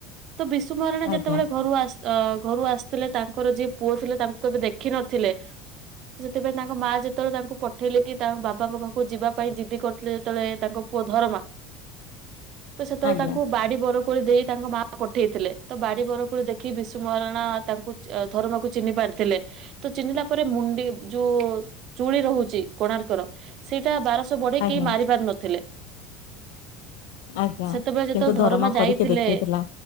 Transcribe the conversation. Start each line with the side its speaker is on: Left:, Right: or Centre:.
Right: ତ ବିଶୁ ମହାରଣା ଯେତେବେଳେ
Left: ଆଜ୍ଞା
Right: ଘରୁ ଆସ୍ ଅ ଘରୁ ଆସିଥିଲେ ତାଙ୍କର ଯିଏ ପୁଅ ଥିଲେ ତାଙ୍କୁ କେବେ ଦେଖିନଥିଲେ। ତ ସେଥିପାଇଁ ତାଙ୍କ ମା ଯେତେବେଳେ ତାଙ୍କୁ ପଠେଇଲେ କି ତାଙ୍କ ବାବାଙ୍କ ପାଖକୁ ଯିବା ପାଇଁ ଜିଦ୍ଦି କରିଥିଲେ ଯେତେବେଳେ ତାଙ୍କ ପୁଅ ଧରମା ତ ସେତେବେଳେ
Left: ଆଜ୍ଞା
Right: ତାଙ୍କୁ ବାଡି ବର କୋଳି ଦେଇ ତାଙ୍କ ମାଆ ପଠେଇଥିଲେ, ତ ବାଡି ବରକୋଳି ଦେଖି ବିଶୁ ମହାରଣା ତାଙ୍କୁ ଚ ଧରମାକୁ ଚିହ୍ନିପାରି ଥିଲେ ତ ଚିହ୍ନିଲା ପରେ ମୁଣ୍ଡି ଯୋଉ ଚୁଳି ରହୁ ଛି କୋଣାର୍କର ସେଇଟା ବାରଶହ ବଢେଇ
Left: ଆଜ୍ଞା
Right: କେହି ମାରି ପାରି ନଥିଲେ।
Left: ଆଜ୍ଞା
Right: ସେତେବେଳେ ଯେତେବେଳେ
Left: କିନ୍ତୁ
Right: ଧରମା ଯାଇଥିଲେ
Left: କରିକି ଦେଖେଇଥିଲା